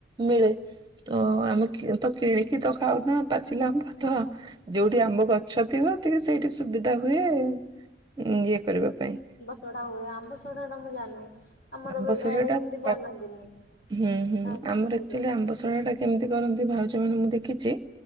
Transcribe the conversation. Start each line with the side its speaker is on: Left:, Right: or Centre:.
Right: ମିଳେ ତଆମେ କି ତକିଣି ତ ଖାଉନା ପାଚିଲା ଆମ୍ବ ତଯୋଉଠି ଆମ୍ବ ଗଛ ଥିବ ଟିକେ ସେଇଠି ସୁବିଧା ବିଧା ହୁଏ ଇଏ କରିବା ପାଇଁ।
Left: ସଢ଼ା ହୁଏ ଆମ୍ବ ଶଢାଟା ମୁଁ ଜାଣିନି। ଆମର
Right: ଆମ୍ବ
Left: ଏବେ
Right: ଶଢାଟା
Left: ଇଆଡେ କେମିତି ବନାନ୍ତିନି
Right: ପାକ୍ ହୁଁ ହୁଁ
Left: ଆଉ
Right: ଆମର
Left: କୁହନ୍ତୁ।
Right: ଆକ୍ଚୁଆଲି ଆମ୍ବ ଶଢାଟା କେମିତି କରନ୍ତି ଭାଉଜମାନେ ମୁଁ ଦେଖିଚି